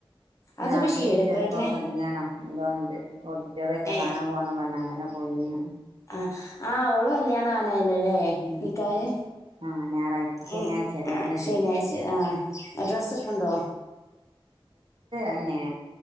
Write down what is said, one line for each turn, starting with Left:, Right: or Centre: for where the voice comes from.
Left: അതിപ്പോൾ
Right: നാസിയാക്ക്
Left: ശീലക്കേട്ടനെ
Right: എവിടക്കോ കല്യാണോ എന്തൊണ്ട് ഓഡിറ്റോറിയും ഒക്കെ
Left: ഏ
Right: കാണാൻ പോണം ന്നു പറഞ്ഞാണ്ട് എന്നാ പോയിന്ന്
Left: ആ..... ആഹ് ഓളെ കല്യാണ കല്യാണം ആയല്ലോലെ...
Right: ഉം
Left: നിക്കാഹ് ഏഹ്..
Right: ആഹ് ഞായറാഴ് ശനിയാഴ്ച
Left: എ..
Right: വരുന്ന
Left: ശനിയാഴ്ച ആ ഡ്രസ് എടുക്ക്‌ ണ്ടോ
Right: അന്നെ